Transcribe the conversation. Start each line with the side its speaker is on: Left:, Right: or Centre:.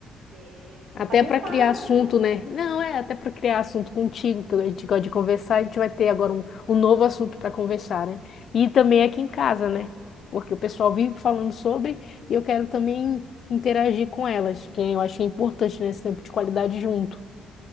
Right: É, vou
Left: até
Right: fazer
Left: para
Right: parte.
Left: criar assunto, né? Não, é até para criar assunto contigo, que a gente gosta de conversar, a gente vai ter agora um, um novo assunto para conversar, né? E também aqui em casa, né? Porque o pessoal vive falando sobre e eu quero também interagir com elas, que eu acho que é importante nesse tempo de qualidade junto.